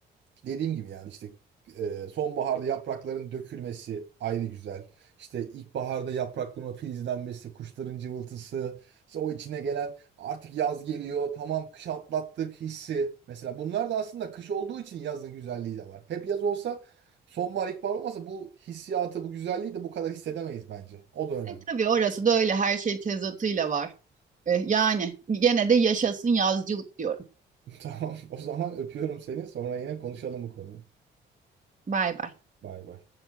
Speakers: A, on the right; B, on the right.
A: dediğim gibi yani işte e, sonbaharda yaprakların dökülmesi ayrı güzel. İşte ilkbaharda yaprakların o filizlenmesi, kuşların cıvıltısı, işte o içine gelen artık yaz geliyor, tamam kış atlattık hissi. Mesela bunlar da aslında kış olduğu için yazın güzelliği de var. Hep yaz olsa sonbahar, ilkbahar olmasa bu hissiyatı, bu güzelliği de bu kadar hissedemeyiz bence. O da önemli.
B: E tabii orası da öyle her şey tezatıyla var. E, yani gene de yaşasın yazcılık diyorum.
A: <laughs> Tamam. O zaman öpüyorum seni. Sonra yine konuşalım bu konuyu.
B: Bay bay.
A: Bay bay.